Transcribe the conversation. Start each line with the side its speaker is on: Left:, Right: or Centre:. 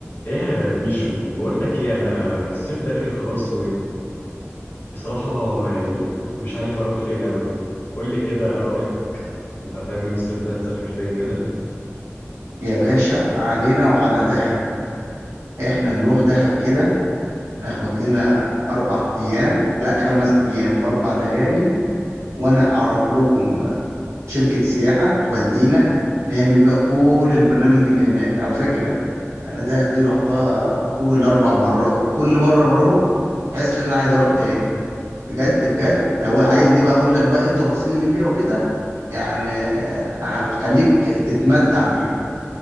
Left: ايه يا بيشو بقول لك ايه انا الصيف داخل خلاص وبصراحة يعني مش عارف اروح فين قوي قول لي كده رأيك انت هتعمل ايه الصيف ده هتسافر فين كده
Right: يا باشا علينا وعلى دهب احنا نروح دهب كده ناخد لنا اربع ايام لا خمس ايام باربع ليالي وانا اعرف لكم شركة سياحة تودينا نعمل بقى كل البرنامج اللي هناك على فكرة انا دهب دي رحتها فوق الاربع مرات كل مرة بروح حاسس ان انا عايز اروح تاني بجد بجد لو عايزني بقى اقول لك بقى ايه التفاصيل اللي فيها وكده يعني هخليك تتمتع بيها